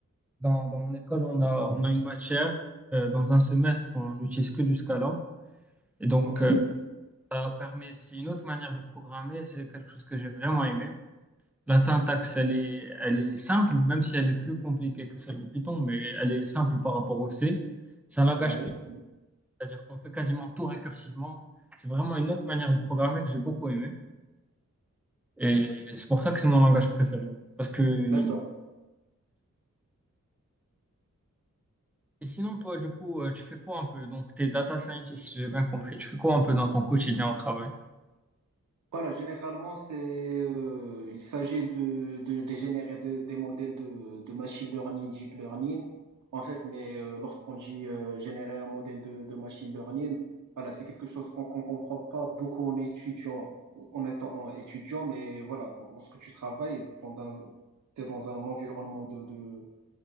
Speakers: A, in the centre; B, on the right.
A: dans, dans mon école, on a, on a une matière. euh, dans un semestre, on n'utilise que du Scala. Et donc,
B: OK,
A: euh, ça permet, c'est une autre manière de programmer. C'est quelque chose que j'ai vraiment aimé. La syntaxe, elle est, elle est simple, même si elle est plus compliquée que celle de Python, mais elle est simple par rapport au C. C'est un langage
B: oui,
A: Python,
B: oui,
A: c'est-à-dire qu'on fait quasiment tout récursivement. C'est vraiment une autre manière de programmer que j'ai beaucoup aimé. Et c'est pour ça que c'est mon langage préféré. Parce que il-
B: d'accord.
A: Et sinon, toi, du coup, euh, tu fais quoi un peu? Donc, t'es data scientist, si j'ai bien compris. Tu fais quoi un peu dans ton quotidien au travail?
B: Voilà, généralement, c'est, euh, il s'agit de, de, de générer de- des modèles de, de machine learning, deep learning. En fait, mais euh, lorsqu'on dit euh, générer un modèle de, de machine learning, voilà, c'est quelque chose qu'on qu'on comprend pas beaucoup en étudiant, en étant étudiant, mais voilà, lorsque tu travailles, t'es dans, t'es dans un environnement de, de,